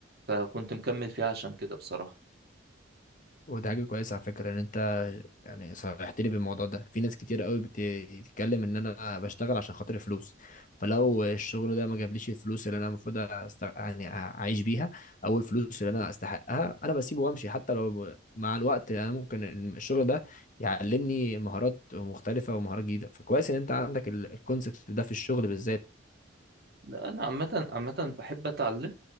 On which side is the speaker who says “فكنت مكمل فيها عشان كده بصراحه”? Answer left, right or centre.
Right